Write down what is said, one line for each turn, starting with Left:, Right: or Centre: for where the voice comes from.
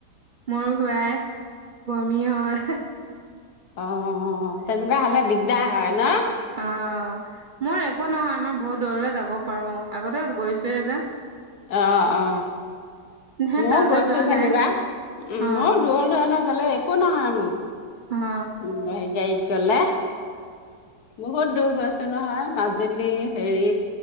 Right: মোৰ ঘূৰাই। বমি হয়।
Left: অ অ তেনে কা হ'লে দিগদাৰ হয় ন।
Right: অ <unintelligible> মোৰ একো নহয় আমাৰ বহুত দূৰলৈ যাব পাৰো আগতে গৈছোৱে যে।
Left: অ অ
Right: হে
Left: ময়ও
Right: তালৈ
Left: গৈছো
Right: যোৱা
Left: যেনিবা
Right: নাই
Left: উম
Right: অ
Left: মই দূৰ দূৰলৈ গ'লে ক নহয় মোৰ
Right: অ
Left: উম গাড়ীত। গলে বহুত দূৰ বাছ নহয় মাজুলী হেৰি